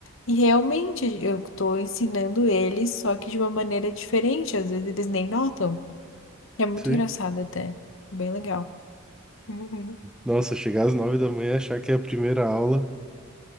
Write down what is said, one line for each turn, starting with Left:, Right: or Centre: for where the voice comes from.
Left: E realmente eu tô ensinando eles, só que de uma maneira diferente. Às vezes eles nem notam. É muito
Centre: Sim.
Left: engraçado até. Bem legal. <laughs>
Centre: Nossa, chegar às nove da manhã e achar que é a primeira aula